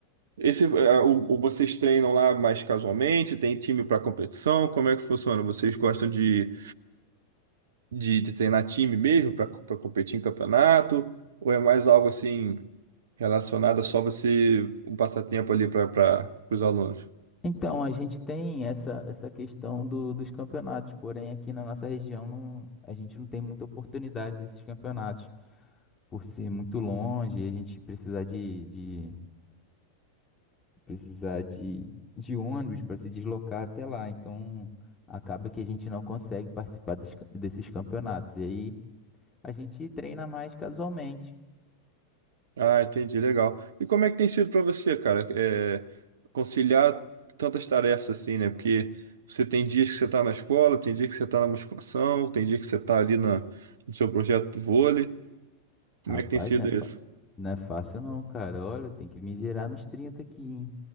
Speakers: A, on the right; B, on the left.
A: Esse, ah, o, o- vocês treinam lá mais casualmente? Tem time para competição? Como é que funciona? Vocês gostam de de, de treinar time mesmo para competir em campeonato? Ou é mais algo assim relacionado a só você um passatempo ali para os alunos?
B: Então a gente tem essa essa questão do- dos campeonatos, porém aqui na nossa região não, a gente não tem muita oportunidade desses campeonatos por ser muito longe e a gente precisar de precisar de, de ônibus para se deslocar até lá. Então, acaba que a gente não consegue participar des- desses campeonatos. E aí, a gente treina mais casualmente.
A: Ah, entendi, legal. E como é que tem sido para você, cara, é, conciliar tantas tarefas assim, né? Porque você tem dias que você está na escola, tem dia que você está na musculação, tem dia que você está ali na, no seu projeto do vôlei.
B: Rapaz,
A: Como é que tem sido
B: não é, fa-
A: isso?
B: não é fácil não, cara. Olha, tem que me virar nos 30 aqui, hein?